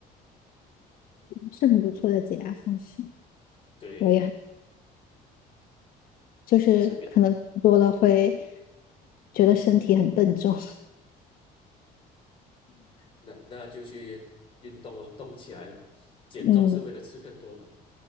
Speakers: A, on the left (about 60°); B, on the left (about 30°).
A: 是很不错的解压方式。
B: 对，
A: 我也就是可能多了会
B: 所以每
A: 觉得身体很笨重。
B: 那那就去运动哦，动起来咯，减重是为了吃更多嘛。
A: <laughs> 嗯，